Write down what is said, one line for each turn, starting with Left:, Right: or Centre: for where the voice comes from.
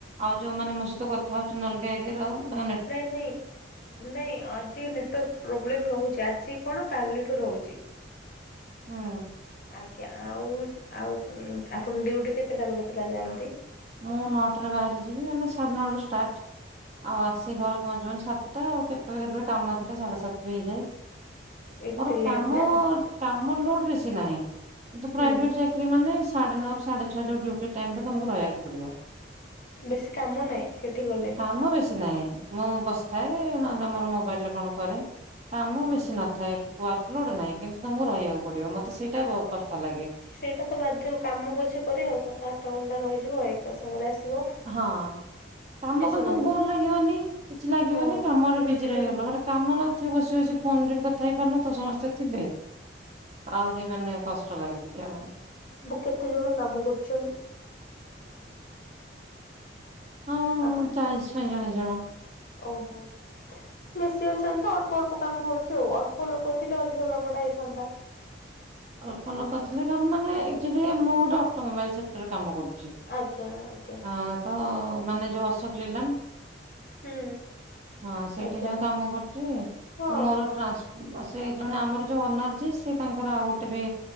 Right: ଆଉ ଯୋଉମାନେ ମୋ ସହିତ କଥା ହଉଛନ୍ତି ଅଲଗା ଏରିଆର ବା
Left: ନାଇଁ ନାଇଁ ନାଇଁ ଅଧ୍ ଟିକେ ନେଟୱାର୍କ ପ୍ରୋବ୍ଲେମ ରହୁଛି ଆଜି କଣ କାଲିଠୁ ରହୁଛି।
Right: ହୁଁ।
Left: ଆଜ୍ଞା ଆଉ ଆଉ ଉଁ ଆପଣ ଡ୍ୟୁଟି କେତେଟାରୁ କେତେଟା ଯାଆନ୍ତି?
Right: ମୁଁ ନଅଟାରେ ବାହାରି ଯିବି ମାନେ ସାଢ଼େ ନଅରୁ ଷ୍ଟାର୍ଟ। ଆଉ ଆସି ଘରେ ପହଞ୍ଚୁ ପହଞ୍ଚୁ ସାତଟା ଆଉ କେତେବେଳେ କେତେବେଳେ କାମ ଥିଲେ ସାଢେ ସାତ ବି ହେଇଯାଏ।
Left: ଏତେ
Right: ମୋର
Left: ଲେଟ୍
Right: କାମ
Left: ନା
Right: କାମ ଲୋଡ୍ ବେଶୀ ନାହିଁ କିନ୍ତୁ ପ୍ରାଇଭେଟ୍
Left: ହୁଁ
Right: ଚା କିରୀ ମାନେ ସାଢେ ନଅରୁ ସାଢେ ଛଅ ଯୋଉ ଡ୍ୟୁଟି ଟାଇମଟା ତମୁକୁ ରହିବାକୁ ପଡିବ।
Left: ବେଶୀ କାମ ନାହିଁ ସେଠି ଗଲେ।
Right: କାମ ବେଶୀ ନାହିଁ। ମୁଁ ବସିଥାଏ ନହେଲେ ମୋର ମୋବାଇଲରେ କଣ କରେ। କାମ ବେଶୀ ନଥାଏ। ୱାର୍କ ଲୋଡ ନାହିଁ କିନ୍ତୁ ତମୁକୁ ରହିବାକୁ ପଡିବ। ମତେ ସେଇଟା ବହୁ କଷ୍ଟ ଲାଗେ।
Left: ସେଇଟା ତ ବାଧ୍ୟ। କାମ ପଛେ କରିବ ସାତ ଆଠ ଘଣ୍ଟା ରହିଯିବ ଏକ୍ କା ସାଙ୍ଗେରେ ଆସିବ।
Right: ହଁ କାମ
Left: କିଛି
Right: କଲେ ତମୁକୁ
Left: ନାହିଁ
Right: ବୋର ଲାଗିବନି କିଛି ଲାଗିବନି
Left: ହଁ
Right: କାମରେ
Left: ହୁଁ
Right: ବିଜି ରହିଗଲ ବଟ୍ କାମ ନ ଥିବ ବସି ବସି ଫୋନରେ ବି କଥା ହେଇପାରୁନଥିବ ସମସ୍ତେ ଥିବେ। ଆହୁରି ମାନେ କଷ୍ଟ ଲାଗେ ଟିକେ ଆଉ।
Left: ବୁ କେତେ ଜଣ କାମ କରୁଛନ୍ତି?
Right: ହଁ
Left: ଆ
Right: ଚାଳିଶ ପଇଁଚାଳିଶ ଜଣ।
Left: ଓହୋ। ବେଶୀ ଅଛନ୍ତି ତ ଅଳ୍ପ ଅଳ୍ପ କାମ ହଉଛି ଆଉ। ଅଳ୍ପ ଲୋକ ଥିଲେ ଅଧିକ କାମଟା ହେଇଥାନ୍ତା।
Right: ଅଳ୍ପ ଲୋକ ଥିଲେ କାମ ମାନେ ଆକ୍ଚୁଆଲି ମୁଁ ଗୋଟେ ଅଟୋମୋବାଇଲ ସେକ୍ଟରରେ କାମ କରୁଛି।
Left: ଆଜ୍ଞା ଆଜ୍ଞା।
Right: ହଁ ତ ମାନେ ଯୋଉ ଅଶୋକ ଲିଲାନ୍।
Left: ହୁଁ
Right: ହଁ ସେଇଠି
Left: ଆଜ୍ଞା।
Right: ଯୋଉ କାମ କରୁଛି
Left: ହଁ
Right: ତ ମୋର
Left: ହଁ
Right: ଟ୍ରାନ୍ସ୍ <unintelligible> ସେଇ ଜଣେ ଆମର ଯୋଉ ଓନର୍ ଯିଏ ସେ ତାଙ୍କର ଆଉ ଗୋଟେ ବି